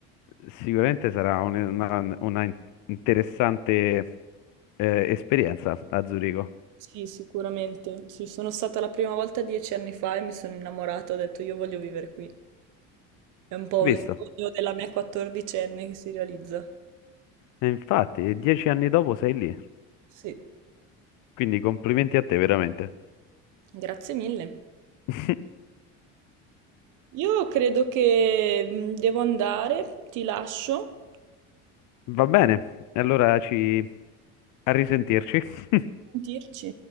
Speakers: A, on the left (about 65°); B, on the right (about 65°).
A: sicuramente sarà un- una, una in- interessante eh, esperienza a Zurigo.
B: Sì, sicuramente. Sì, sono stata la prima volta dieci anni fa e mi sono innamorata, ho detto io voglio vivere qui. È un po'
A: Visto?
B: il sogno della mia quattordicenne che si realizza.
A: E infatti, dieci anni dopo sei lì.
B: Sì,
A: Quindi complimenti a te, veramente.
B: grazie mille.
A: <laughs>
B: Io credo che mm, devo andare, ti lascio.
A: Va bene, allora ci... a risentirci. <laughs>
B: Sentirci.